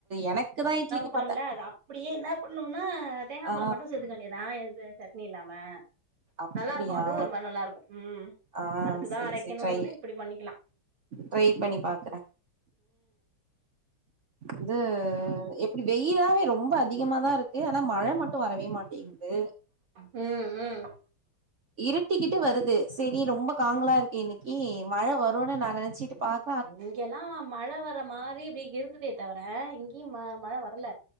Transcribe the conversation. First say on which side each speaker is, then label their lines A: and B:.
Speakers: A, on the right (about 55°); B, on the right (about 85°).
A: எனக்கு தா இட்லிக்கு
B: த்தரம்ல
A: பாத்தே
B: அது அப்டியே என்ன பண்ணுன்னா தேங்கா
A: ஆ
B: பால மட்டு சேத்துக்க வேண்டிதா எது சட்னி இல்லாம
A: அப்டியா
B: நல்லாருக்கு அதுவு ஒரு மாரி நல்லாருக்கு ம்
A: ஆ
B: அதுக்குதா
A: சேரி
B: அரைக்கணுனு
A: சேரி ட்ரை
B: இல்ல இப்டி பண்ணிக்கலா
A: ட்ரை பண்ணி பாக்கற இது எப்டி வெயிலாவே ரொம்ப அதிகமா தா இருக்கு ஆனா மழ மட்டு வரவே மாட் கேக்து
B: ம் ம்.
A: இருட்டிக்கிட்டு வருது செரி ரொம்ப காங்களா இருக்கே இன்னைக்கி மழ வருன்னு நெனைச்சிட்டு பாக்
B: இங்கெல்லா மழ வர மாரி இப்டி இருந்துதே தவர இங்கியு ம மழ வரல